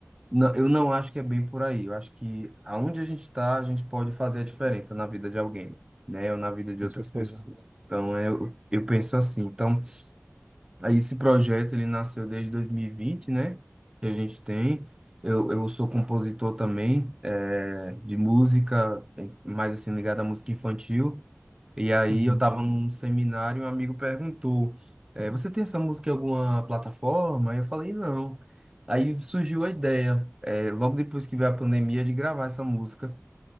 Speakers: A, on the right; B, on the right.
A: Não, eu não acho que é bem por aí. Eu acho que aonde a gente está, a gente pode fazer a diferença na vida de alguém, né? Ou na vida de
B: com
A: outras
B: certeza.
A: pessoas. Então, é, eu, eu penso assim. Então, aí esse projeto, ele nasceu desde 2020, né? Que a gente tem. Eu, eu sou compositor também, eh, de música, mais assim, ligado à música infantil. E aí
B: Uhum,
A: eu tava num seminário e um amigo perguntou, eh, você tem essa música em alguma plataforma? Aí eu falei, não. Aí surgiu a ideia, eh, logo depois que veio a pandemia, de gravar essa música.